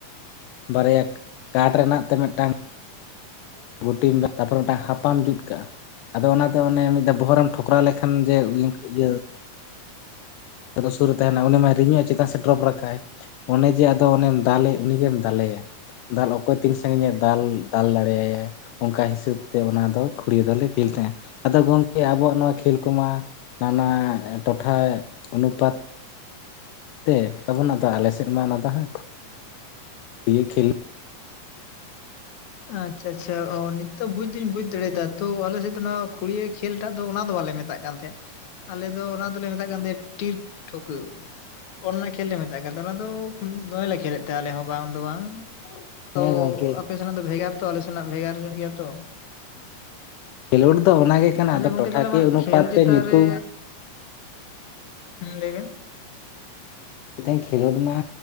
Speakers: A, on the left; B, on the left.
A: ᱵᱟᱨᱭᱟ ᱠᱟᱴᱷ ᱨᱮᱱᱟᱜ ᱛᱮ ᱢᱤᱫᱴᱟᱝ ᱜᱩᱴᱤᱢ <inaudible> ᱛᱟᱨᱯᱚᱨ ᱚᱱᱟᱟᱝ ᱦᱟᱯᱟᱢ ᱡᱩᱛ ᱠᱟᱜᱼᱟ᱾ ᱟᱫᱚ ᱚᱱᱟ ᱫᱚ ᱚᱱᱮ ᱢᱤᱫ ᱫᱷᱟᱣ ᱵᱚᱦᱚᱜ ᱨᱮᱢ ᱴᱷᱚᱚᱠᱨᱟᱣ ᱞᱮᱠᱷᱟᱱ, ᱡᱮ <inaudible> ᱤᱭᱟᱹ ᱚᱱᱮ ᱥᱩᱨ ᱨᱮ ᱛᱟᱦᱮᱱᱟ ᱩᱱᱤ ᱢᱟᱭ ᱨᱤᱸᱧᱚᱜ ᱟᱭ ᱪᱮᱛᱟᱱ ᱥᱮ ᱰᱨᱚᱯ ᱨᱟᱠᱵ-ᱟᱭ᱾ ᱚᱱᱮ ᱡᱮ ᱟᱫᱚ ᱚᱱᱮᱢ ᱫᱟᱞᱮ ᱩᱱᱤᱜᱮᱢ ᱫᱟᱞᱮᱭᱟ᱾ ᱫᱟᱞ, ᱚᱠᱛᱚ ᱛᱤᱱ ᱥᱟᱺᱜᱤᱧ ᱮ ᱫᱟᱞ, ᱫᱟᱞ ᱫᱟᱲᱮ ᱟᱭᱟᱭ᱾ ᱚᱱᱠᱟ ᱦᱤᱥᱟᱹᱵ ᱛᱮ ᱚᱱᱟ ᱫᱚ ᱠᱷᱩᱲᱤᱭᱟᱹ ᱫᱚᱞᱮ ᱠᱷᱮᱞ ᱛᱟᱦᱮᱸᱫ, ᱟᱫᱚ ᱜᱚᱢᱠᱮ ᱟᱵᱚᱣᱟᱜ ᱱᱚᱣᱟ ᱠᱷᱮᱞ ᱠᱚᱢᱟ ᱚᱱᱟ ᱴᱚᱴᱷᱟ ᱚᱱᱩᱯᱟᱛ ᱛᱮ ᱟᱵᱚ ᱚᱱᱟ ᱫᱚ ᱟᱞᱮ ᱥᱮᱫ ᱢᱟ ᱚᱱᱟ ᱫᱚ ᱦᱟᱸᱜ ᱤᱭᱟᱹ ᱠᱷᱮᱞ
B: ᱟᱪᱪᱷᱟ ᱟᱪᱪᱷᱟ ᱚ ᱱᱤᱛᱚᱜ ᱵᱩᱡ ᱫᱩᱧ ᱵᱩᱡ ᱟᱪᱷᱟ ᱟᱪᱷᱟ ᱚ ᱱᱤᱛᱳᱜ ᱵᱩᱪᱷ ᱫᱚᱧ ᱵᱩᱪᱷ ᱫᱟᱲᱮᱭᱟᱫᱟ᱾ ᱛᱚ ᱟᱞᱮᱥᱮᱫ ᱫᱚ ᱱᱚᱣᱟ ᱠᱷᱩᱲᱤᱭᱟᱹ ᱠᱷᱮᱞ ᱴᱟᱜ ᱫᱚ ᱚᱱᱟ ᱫᱚ ᱵᱟᱞᱮ ᱢᱮᱛᱟᱜ ᱛᱟᱦᱮᱸᱫ ᱟᱞᱮ ᱫᱚ ᱚᱱᱟ ᱫᱚᱞᱮ ᱢᱮᱛᱟᱜ ᱠᱟᱱ ᱛᱟᱦᱮᱸᱱᱟ ᱴᱤᱨ ᱴᱷᱩᱠᱟᱹᱣ᱾ ᱚᱱᱟ ᱠᱷᱮᱞ ᱞᱮ ᱢᱮᱛᱟᱜ ᱠᱟᱱᱟ, ᱚᱱᱟ ᱫᱚ ᱫᱚᱢᱮᱞ ᱞᱮ ᱠᱷᱮᱞᱮᱫ ᱛᱟᱦᱮᱸ ᱟᱞᱮ ᱦᱚᱸ ᱵᱟᱝ ᱫᱚ ᱵᱟᱝ᱾ ᱛᱚ
A: ᱦᱮᱸ ᱜᱚᱝᱠᱮ
B: ᱟᱯᱮ ᱥᱮᱱᱟᱜ ᱫᱚ ᱵᱷᱮᱜᱟᱨ ᱛᱚ, ᱟᱞᱮ ᱥᱮᱱᱟᱜ ᱵᱷᱮᱜᱟᱨ ᱧᱚᱜ ᱜᱮᱭᱟ ᱛᱚ᱾
A: ᱠᱷᱮᱞᱳᱰ ᱫᱚ ᱚᱱᱟᱜᱮ ᱠᱟᱱᱟ
B: ᱟᱫᱚ ᱜᱚᱝᱠᱮ
A: ᱴᱚᱴᱷᱟᱠᱤᱭᱟᱹ
B: ᱛᱟᱦᱚᱞᱮ
A: ᱚᱱᱩᱯᱟᱛ
B: ᱠᱷᱮᱞ ᱪᱮᱛᱟᱱ
A: ᱛᱮ ᱧᱩᱛᱩᱢ
B: ᱨᱮ ᱦᱮᱸ ᱞᱟᱹᱭᱵᱮᱱ᱾
A: <inaudible> ᱠᱷᱮᱞᱳᱰ ᱢᱟ